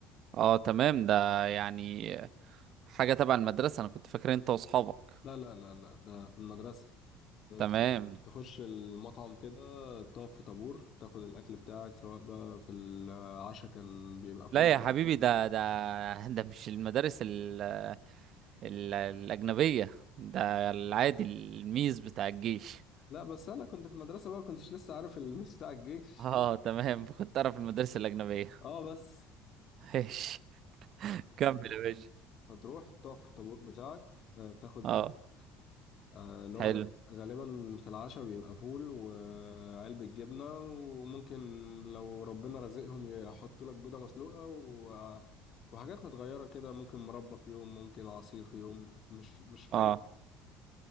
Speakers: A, on the right; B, on the left.
A: اه تمام ده يعني حاجة تبع المدرسة انا كنت فاكر انت واصحابك
B: لا لا لا لا ده في المدرسة
A: تمام
B: تخ- تخش المطعم كده تقف في طابور تاخد الأكل بتاعك سواء بقى في العشاء كان بيبقى فول
A: لا يا حبيبي ده ده ده مش المدارس ال ال الأجنبية ده العادي الميز بتاع الجيش
B: لا بس انا كنت في المدرسه بقى كنتش لسه عارف الميس <laughs> بتاع الجيش
A: اه تمام كنت أعرف المدارس الأجنبية
B: اه بس
A: ماشي كمل يا باشا
B: هتروح تقف في الطابور بتاعك آه، تاخد
A: اه
B: اكل آه، اللي هو
A: حلو
B: غ- غالبا في العشاء بيبقى فول وعلبة جبنة وممكن لو ربنا رزقهم يحطوا لك بيضة مسلوقة و... وحاجات متغيرة كده ممكن مربى في يوم ممكن عصير في يوم مش مش حاجة
A: اه